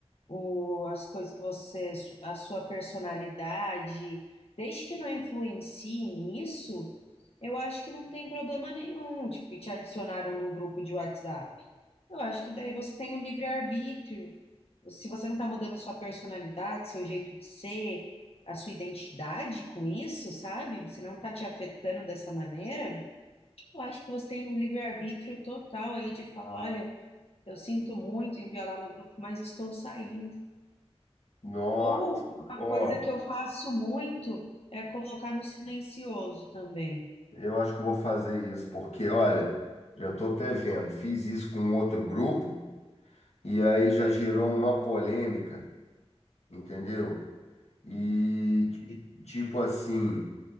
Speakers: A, on the left; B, on the left.
A: o, as coisas que você, su- a sua personalidade, desde que não influencie nisso, eu acho que não tem problema nenhum, tipo, que te adicionaram num grupo de WhatsApp. Eu acho que daí você tem o livre-arbítrio. Se você não está mudando sua personalidade, seu jeito de ser, a sua identidade com isso, sabe? Se não está te afetando dessa maneira, eu acho que você tem um livre-arbítrio total aí de falar, olha, eu sinto muito enviar lá no grupo, mas estou saindo.
B: Nossa,
A: Ou uma
B: ó,
A: coisa que eu faço muito é colocar no silencioso também.
B: eu acho que eu vou fazer isso, porque, olha, já estou até vendo, fiz isso com outro grupo e aí já gerou uma polêmica, entendeu? E ti- tipo assim.